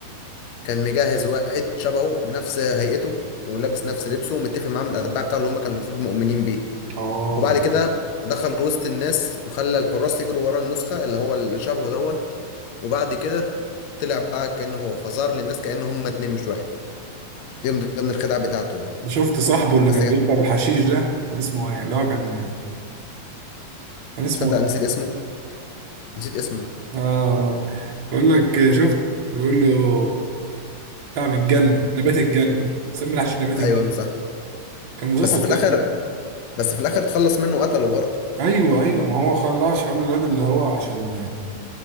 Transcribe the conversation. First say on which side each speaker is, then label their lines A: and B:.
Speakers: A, on the left; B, on the right.
A: كان مجهز واحد شبهه بنفس هيئته ولابس نفس لبسه ومتفق معاه من الاتباع بتاعه اللي هم كانوا المفروض مؤمنين بيه
B: اه
A: وبعد كده دخل وسط الناس وخلى الحراس يجروا ورا النسخة اللي هو اللي شبهه دوت وبعد كده طلع بقى كأنه هو فظهر للناس كأنه هما اتنين مش واحد دي من ضمن الخدعة بتاعته يعني
B: ده شفت صاحبه اللي
A: بس
B: كان بيشرب
A: كده
B: الحشيش ده كان اسمه ايه اللي هو كان كان اسمه
A: تصدق
B: ايه
A: نسيت اسمه نسيت اسمه
B: اه آه. بيقول لك شفت بيقول له بتاع من الجنه نبات الجنه سمي الحشيش نبات
A: ايوه
B: الجنه
A: صح
B: كان مسلسل
A: بس في الاخر
B: جامد
A: بس في الاخر اتخلص منه وقتله برضه
B: ايوه ايوه ما هو خلاه عشان الواد اللي هو عشان